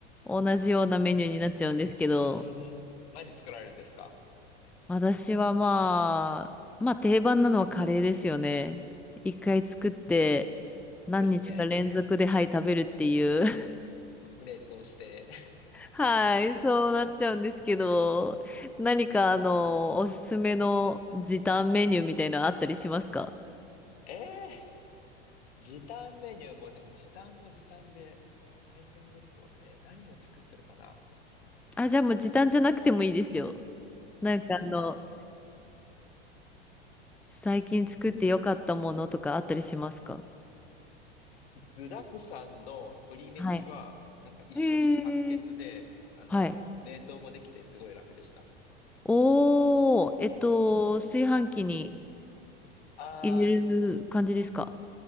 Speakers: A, in the centre; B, on the left (about 65°).
A: 同じようなメニューになっちゃうんですけど、
B: うーん。何作られるんですか
A: 私はまあ、まあ定番なのはカレーですよね。一回作って何日か連続で、
B: そうですね。
A: はい、食べるっていう。
B: 冷凍して。
A: はい、そうなっちゃうんですけど、何かあの、おすすめの時短メニューみたいなのあったりしますか
B: <laughs> ええー時短メニューも、でも時短も時短で大変ですもんね。何を作ってるかな。
A: あ、じゃあもう時短じゃなくてもいいですよ。なんかあの、最近作ってよかったものとかあったりしますか
B: うん。具沢山の鶏飯は、
A: はい。
B: なんか一食完結で、
A: へえ。
B: あのー冷凍もできてすごい楽でした。
A: はい。おー、えっと、炊飯器に
B: あ
A: 入れる感じですか